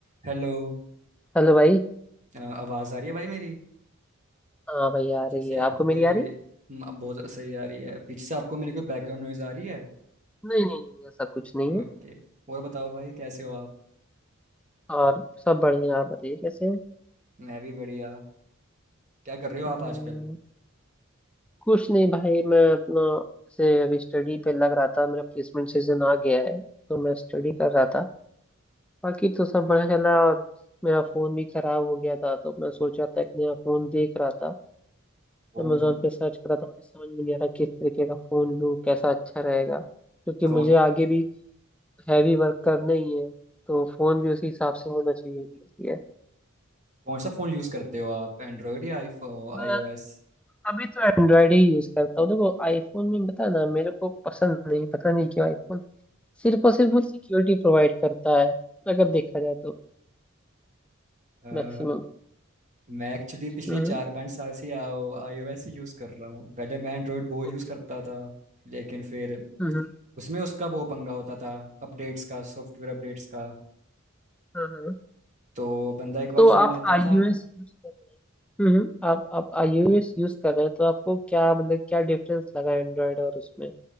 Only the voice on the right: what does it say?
हेलो
अ, आवाज़ आ रही है भाई मेरी
पीछे
से
आपको
कोई
म, अब बहुत सही आ रही है पीछे से आपको मेरी कोई बैकग्राउंड नॉइज आ रही है
ओके
और बताओ भाई कैसे हो आप
मैं भी बढ़िया क्या कर रहे हो आप
आजकल
फोन
कौन
कौन सा फ़ोन यूज़ करते हो आप एंड्रॉयड या आईफोन
आईओएस
अ,
मैं एक्चुअली पिछले
चार पाँच साल से आईओएस ही यूज़ कर रहा हूँ पहले मैं एंड्रॉयड बहुत यूज़
करता था लेकिन फिर
उसमें उसका बहुत पंगा होता था अपडेट्स का सॉफ्टवेयर अपडेट्स का
तो बंदा एक बार
फ़ोन
लेता
था